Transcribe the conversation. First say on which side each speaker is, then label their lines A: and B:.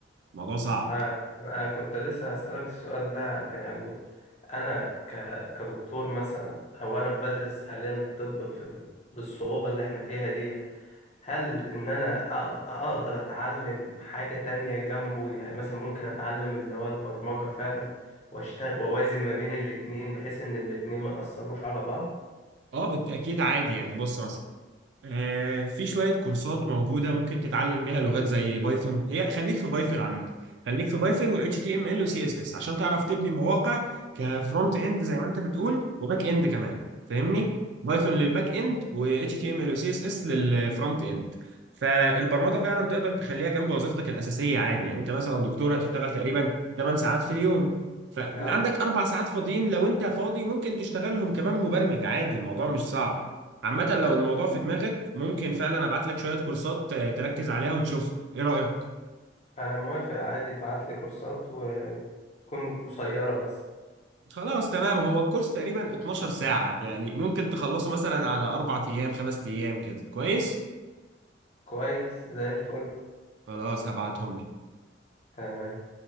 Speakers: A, on the right; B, on the left.
A: الموضوع صعب
B: ما أنا كنت لسه هسألك السؤال ده يعني أنا ك... كدكتور مثلا أو أنا بدرس حاليا الطب في... بالصعوبة اللي إحنا فيها دي هل إن أنا أقد- أقدر أتعلم حاجة تانية جنبه يعني مثلا ممكن أتعلم اللي هو البرمجة فعلا وأشتغل وأوازن ما بين الاتنين بحيث إن الاتنين ما يأثروش على بعض
A: اه بالتاكيد عادي يعني بص مثلا آه، في شوية كورسات موجودة ممكن تتعلم بيها لغات زي بايثون هي خليك في بايثون عامة خليك في بايثون و HTML و CSS عشان تعرف تبني مواقع كفرونت اند زي ما انت بتقول وباك اند كمان فاهمني بايثون للباك اند و HTML و CSS للفرونت اند فالبرمجة فعلا تقدر تخليها جنب وظيفتك الأساسية عادي يعني انت مثلا دكتور هتشتغل تقريبا 8 ساعات في اليوم فعندك
B: أه
A: أربع ساعات فاضيين لو انت فاضي ممكن تشتغلهم كمان مبرمج عادي الموضوع مش صعب عامة لو الموضوع في دماغك ممكن فعلا ابعت لك شوية كورسات آه، تركز عليها وتشوف ايه رأيك؟
B: أنا موافق عادي ابعتلي كورسات وتكون قصيرة بس
A: خلاص تمام هو الكورس تقريبا 12 ساعة يعني ممكن تخلصه مثلا على اربع ايام خمس ايام كده كويس؟
B: كويس زي الفل
A: خلاص هبعتهم
B: تمام